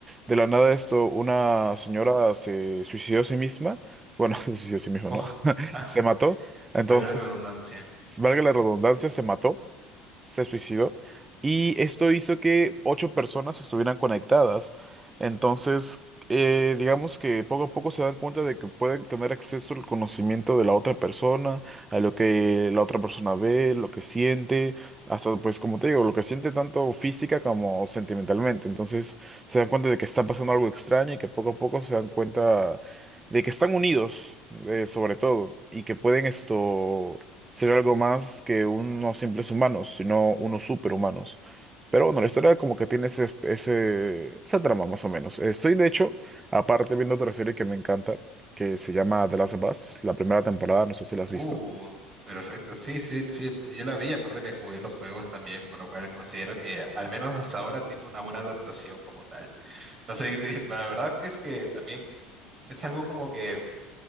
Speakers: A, on the right; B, on the right.
A: de la nada esto, una señora se suicidó a sí misma. Bueno, <laughs> se suicidó a sí misma,
B: Oh,
A: ¿no? <laughs>
B: ah,
A: Se
B: <laughs>
A: mató. Entonces,
B: valga la redundancia.
A: valga la redundancia, se mató se suicidó y esto hizo que ocho personas estuvieran conectadas. Entonces, eh, digamos que poco a poco se dan cuenta de que pueden tener acceso al conocimiento de la otra persona, a lo que la otra persona ve, lo que siente, hasta pues como te digo, lo que siente tanto física como sentimentalmente. Entonces, se dan cuenta de que está pasando algo extraño y que poco a poco se dan cuenta de que están unidos, eh, sobre todo, y que pueden esto ser algo más que unos simples humanos, sino unos superhumanos. Pero bueno, la historia como que tiene ese, ese- esa trama más o menos. Estoy de hecho, aparte viendo otra serie que me encanta, que se llama The Last of Us, la primera temporada, no sé si la has
B: Uh,
A: visto.
B: perfecto. Sí, sí, sí. Yo la vi, aparte me jugué los juegos también, por lo cual considero que al menos hasta ahora tiene una buena adaptación como tal. No sé, <laughs> de- la verdad que es que también es algo como que